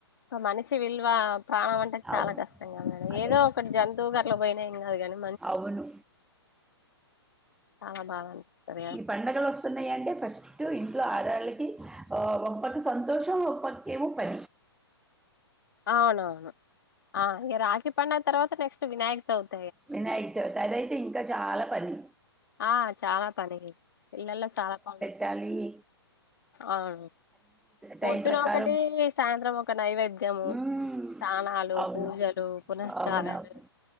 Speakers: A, on the left; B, in the centre.
A: ఒక మనిషి విలువ ప్రాణం అంట చాలా
B: అవును
A: కష్టం కదండీ
B: అదే
A: ఏదో
B: కదా
A: ఒకటి జన్ త
B: అవును
A: గట్ల పోయిన ఏం కాదు గాని
B: అవును
A: చాలా బాధ అనిపిస్తది కదా
B: ఇ పండగలు వస్తున్నాయింటే ఫస్ట్ స్టు ఇంట్లో ఆడవాళ్ళకి ఓ గొప్పది సంతోషం ముప్పై కి ముప్పై
A: అవునవును ఆ రాఖీ పండగ తర్వాత నెక్స్ట్ వినాయక చవితి
B: వినాయక చవితి అదైతే ఇంకా చాలా పని
A: ఆ చాలా పని ఇల్లల్లా చాలా పనులు
B: కాళీ
A: అవును
B: టైం
A: పొద్దున
B: ప్రకారం
A: ఒకటి సాయంత్రం ఒకటి నైవేద్యము
B: మ్మ్
A: స్నానాలు
B: అవును
A: పూజలు పునస్కారాలు
B: అవునవును